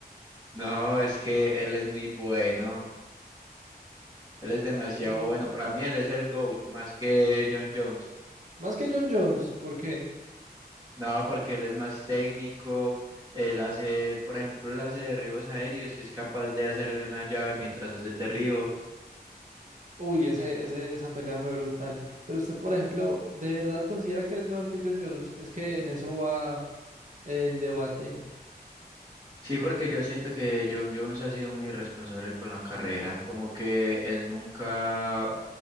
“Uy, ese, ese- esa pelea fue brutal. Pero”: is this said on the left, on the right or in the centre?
Right